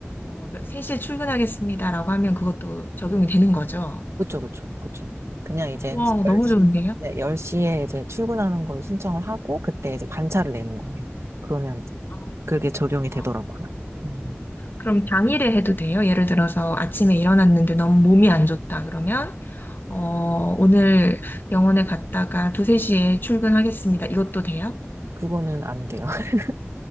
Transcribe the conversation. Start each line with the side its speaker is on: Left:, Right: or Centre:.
Left: 어, 몇- 3시에 출근하겠습니다라고 하면 그것도 적용이 되는 거죠?
Right: 그쵸, 그쵸, 그쵸. 그냥 이제
Left: 와,
Right: 10시,
Left: 너무 네. 좋은데요?
Right: 네, 시에 이제 출근하는 걸 신청을 하고, 그때 이제 반차를 내는 거예요. 그러면
Left: 어,
Right: 그게 적용이
Left: 어.
Right: 되더라고요. 음,
Left: 그럼 당일에 해도 돼요? 예를 들어서 아침에 일어났는데 너무 몸이 안 좋다 그러면
Right: 음.
Left: 어, 오늘 병원에 갔다가 2, 3시에 출근하겠습니다. 이것도 돼요?
Right: 그거는 안 돼요. <laughs>